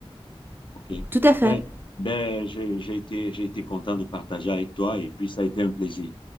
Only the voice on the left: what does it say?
OK.
Ben, ben, j'ai j'ai été, j'ai été content de partager avec toi et puis ça a été un plaisir.